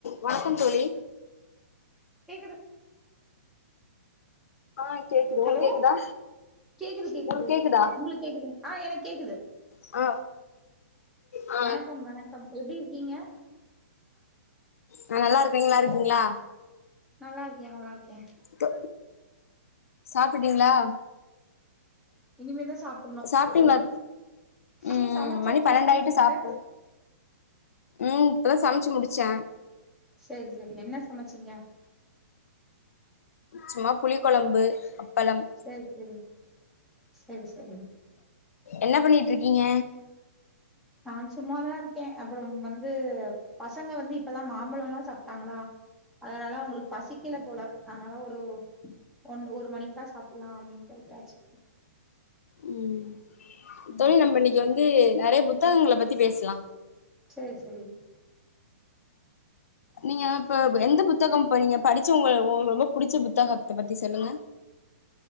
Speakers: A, on the left (about 70°); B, in the centre.
A: வணக்கம் தோழி
B: கேக்குது
A: ஆ கேக்குது உங்களுக்கு
B: ஹலோ
A: கேக்குதா
B: கேக்குது கேக்குது
A: உங்களுக்கு கேக்குதா
B: உங்ளுக்கு கேக்குது
A: ஆ ஆ
B: வணக்கம் வணக்கம் எப்டி இருக்கீங்க
A: நா நல்லா இருக்கா நீங்க நல்லா இருக்கீங்களா
B: நல்லா இருக்கே நல்லா இருக்கே
A: இப்ப சாப்பிட்டீங்களா
B: இனிமேதா சாப்பிடணு
A: சாப்பிட்டீங்களா
B: நீங்க
A: ம்
B: சமைச்சாச்சா
A: மணி பன்னெண்டாயிட்டு
B: உங்க வீட்டுல
A: சாப்ட ம் இப்பதா சமைச்சு முடிச்சே
B: செரி செரி என்ன சமைச்சிங்க
A: சும்மா புளி கொழம்பு அப்பளம்
B: செரி செரி செரி செரி
A: என்ன பண்ணிட்டு இருக்கீங்க
B: நான் சும்மாதா இருக்கே அப்புற வந்து பசங்க வந்து இப்பதா மாம்பழோ எல்லா சாப்பிட்டாங்களா அதனால அவங்களுக்கு பசிக்கல போல அதனால ஒரு ஒன்னு ஒரு மணிக்கா சாப்பிடலா அப்டின்னு விட்டாச்சு
A: ம்
B: ம்
A: தோழி நம்பன்னைக்கு வந்து நெறைய புத்தகங்களை பத்தி பேசல
B: செரி ச்ரி
A: நீங்க இப்ப எந்த புத்தகம் இப்ப நீங்க படிச்ச உங்க ரொ ரொம்ப புடிச்ச புத்தகத்தை பத்தி சொல்லுங்க